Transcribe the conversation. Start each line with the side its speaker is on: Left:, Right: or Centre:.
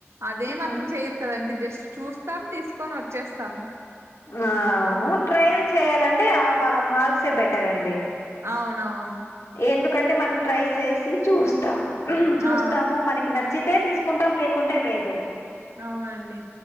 Right: అదేం అట్లా
Left: ఉమ్,
Right: చేయరు కదండి జస్ట్ చూస్తాం తీసుకొని వచ్చేస్తాం
Left: ఆ అవును ట్రయిల్ చేయాలంటే ఆ బా మాల్సే బెటర్ అండి
Right: అవునవును
Left: ఎందుకంటే మనం ట్రై చేసి చూస్తాం చూస్తాము
Right: ఆ
Left: మనకి న చ్చితే తీసుకుంటాం లేకుంటే లేదు
Right: అవునండి